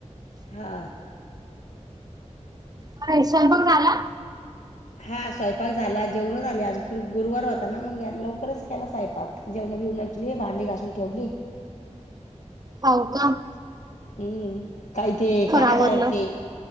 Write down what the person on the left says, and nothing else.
हा
हां स्वयंपाक झालां, जेवणं झाले, आंज गुरुवार होतां नां मगं लवकरं. खरंच झालायं स्वयंपाक जेवणं, बिवन केले भांडी घासूंन ठेवले.
हम्मं, कायं ते, कायंतार
ते.